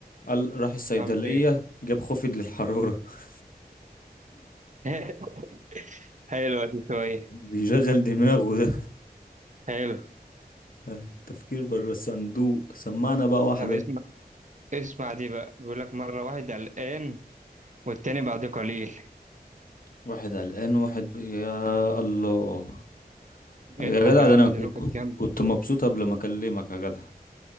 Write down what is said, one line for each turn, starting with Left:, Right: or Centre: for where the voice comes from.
Left: قال راح الصيدلية
Right: عامل ايه
Left: جاب خافض للحرارة <laughs>
Right: <laughs> حلوة دي شوية
Left: بيشغل دماغه ده
Right: حلو
Left: <laughs> تفكير بره الصندوق سمعنا بقى واحدا
Right: طب اسمع اسمع دي بقى بيقول لك مرة واحد قلقان والتاني بعد قليل
Left: واحد قلقان واحد ب... يا الله
Right: اضحك
Left: يا جدع
Right: يا
Left: ده
Right: عم
Left: انا ك-
Right: ده نكت
Left: ك-
Right: جامدة
Left: كنت مبسوط قبل ما اكلمك يا جدع